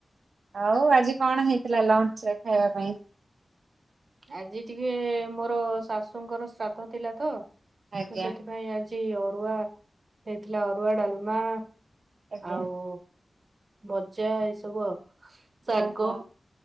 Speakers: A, on the right; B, on the right.
A: ଆଉ ଆଜି କଣ ହେଇଥିଲା ଲଞ୍ଚ ରେ ଖାଇବା ପାଇଁ?
B: ଆଜି ଟିକେ ମୋର ଶାଶୁଙ୍କର ଶ୍ରାଦ୍ଧ ଥିଲା ତ
A: ଆଜ୍ଞା।
B: ସେଥିପାଇଁ ଆଜି ଟି ଅରୁଆ ହେଇଥିଲା ଅରୁଆ ଡାଲମା
A: ଆଜ୍ଞା
B: ଆଉ ଭଜା ଏଇ ସବୁ ଆଉ। ଶାଗ
A: ଓହ ହଁ